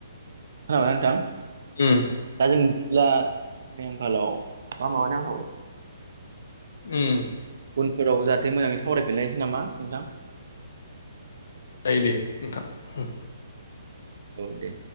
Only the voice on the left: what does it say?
उम
उम
जायो दे नोंथां उम।